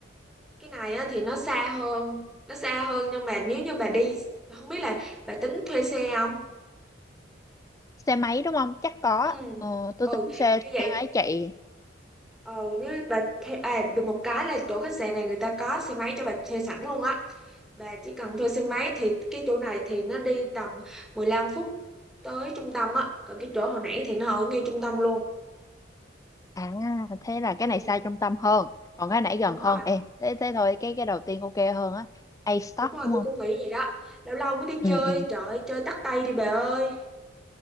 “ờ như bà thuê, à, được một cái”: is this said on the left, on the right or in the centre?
Centre